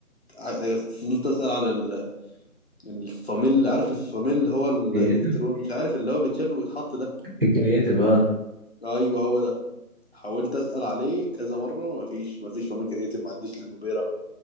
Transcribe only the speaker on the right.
كرييتيف
الكرييتيف اه